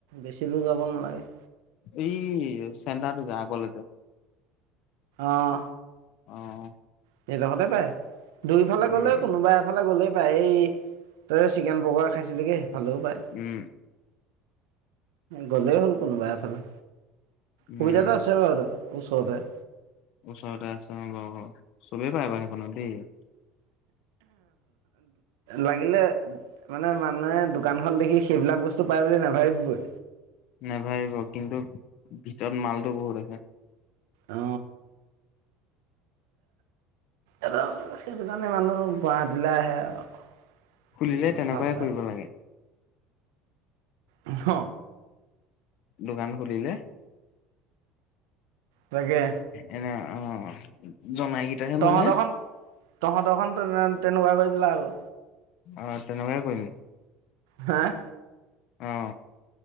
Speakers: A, on the right (about 85°); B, on the left (about 60°).
A: বেছি দূৰ যাব নালাগে
B: এই চেণ্টাৰটো যে আগলে যে
A: অহ
B: অ
A: সে ডখতে পায় দুইফালে
B: উম।
A: গ'লেও কোনোবা এফালে গ'লেও পাই এই তই চিকেন পকৰা খাইছিলিগে সেইফালেও পায়
B: উম
A: গ'লেই হ'ল কোনোবা এফালে
B: উম,
A: সুবিধাটো আছে বাৰু তাত ওচৰতে
B: ওচৰতে আছে অ বাৰু অ চবেই পায় বাৰু সেইখনত দেই
A: লাগিলে মানে মানুহে দোকান খন দেখি সেইবিলাক বস্তু বস্তু পাই বুলি নাভাবিবই
B: নেভাবিব কিন্তু ভিতৰত মালটো বহুত আছে
A: অ এটা কথা সেইটো কাৰণে মানুহ গুৱাহাটীলে আহে আৰু থাকিবলৈ
B: খুলিলে তেনেকুৱাই
A: ভাল পায়।
B: কৰিব লাগে
A: অ হ
B: দোকান খুলিলে
A: তাকে
B: এনে অ জনাই কেইটাহে
A: তহঁতৰখন
B: মানে
A: তহঁতৰখন তেনেকুৱা কৰি পেলাবি
B: অ তেনেকাই কৰিম
A: হেএ
B: অ